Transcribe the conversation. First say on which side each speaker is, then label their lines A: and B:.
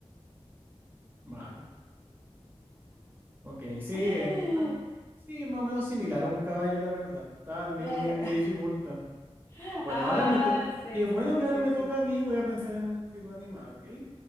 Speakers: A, on the right; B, on the left.
A: Vale. Ok, sí, eh,
B: <laughs>
A: an- sí, más o menos similar a un caballo, la verdad. Está al mismo
B: Eh,
A: nivel de dificultad.
B: <laughs>
A: Bueno,
B: Ah,
A: ahora me toca...
B: sí,
A: Qué bueno
B: sí, sí,
A: que ahora
B: sí,
A: me
B: sí.
A: toca a mí, voy a pensar en un, en un animal, ¿ok?